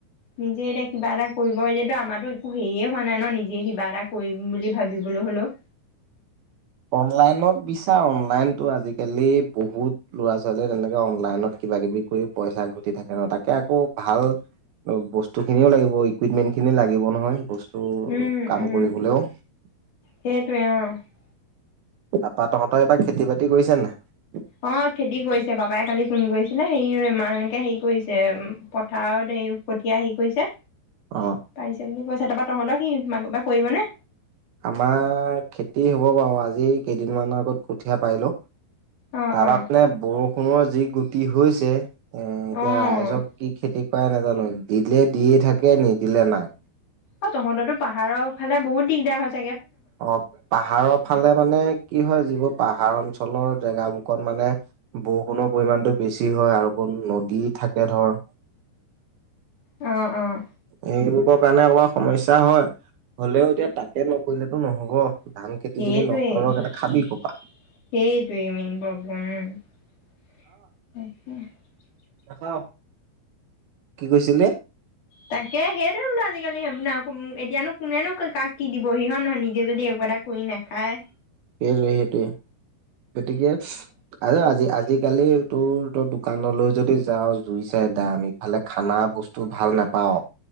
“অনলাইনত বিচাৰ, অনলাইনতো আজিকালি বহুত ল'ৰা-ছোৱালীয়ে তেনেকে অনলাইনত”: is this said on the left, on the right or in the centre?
Right